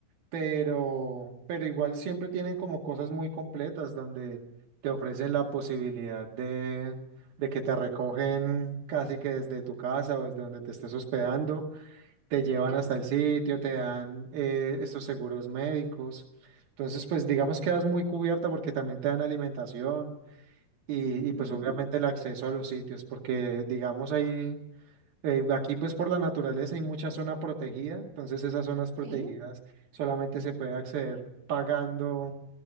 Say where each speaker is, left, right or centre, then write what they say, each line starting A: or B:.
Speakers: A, on the right; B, on the right.
A: pero, pero igual siempre tienen como cosas muy completas donde te ofrecen la posibilidad de, de que te recogen casi que desde tu casa o desde donde te estés hospedando, te llevan
B: ya.
A: hasta el sitio, te dan eh, estos seguros médicos. Entonces, pues digamos que quedas muy cubierta porque también te dan alimentación y, y pues
B: ujú,
A: obviamente el acceso a los sitios, porque digamos ahí eh, aquí pues por la naturaleza hay mucha zona protegida, entonces esas zonas protegidas
B: Sí,
A: solamente se puede acceder pagando,